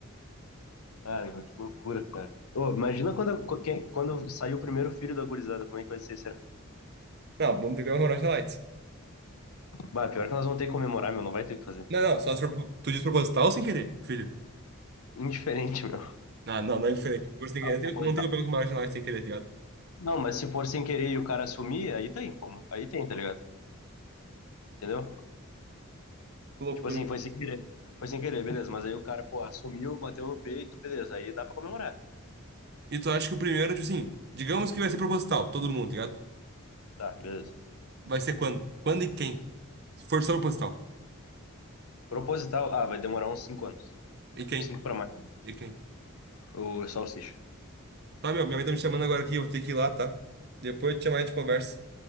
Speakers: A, on the left; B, on the right.
A: Cara, que loucura, cara. Ô, imagina quando, co- quem- quando sair o primeiro filho da gurizada, como é que vai ser, será?
B: Não, vamos pegar um Rocha Lights.
A: Bah, pior que nós vamos ter que comemorar, meu, não vai ter o que fazer.
B: Não, não, só se for pro- tu diz proposital ou sem querer, filho.
A: Indiferente, meu. <laughs>
B: Não, não, não é diferente. Por sem
A: Ah,
B: querer, não tem
A: Proposital.
B: não tem como pegar com uma Rocha Lights sem querer, tá ligado?
A: Não, mas se for sem querer e o cara assumir, aí tem como. Aí tem, tá ligado? Entendeu?
B: Que loucura.
A: Tipo assim, foi sem querer. Foi sem querer, beleza. Mas aí o cara, pô, assumiu, bateu no peito, beleza. Aí dá pra comemorar.
B: E tu acha que o primeiro, tipo assim, digamos que vai ser proposital, todo mundo, tá ligado?
A: Tá, beleza.
B: Vai ser quando? Quando e quem? Se for só proposital.
A: Proposital, ah, vai demorar uns cinco anos.
B: E quem?
A: Cinco pra mais.
B: E quem?
A: O salsicha.
B: Tá, meu, minha mãe tá me chamando agora aqui, eu vou ter que ir lá, tá? Depois eu te chamar e a gente conversa.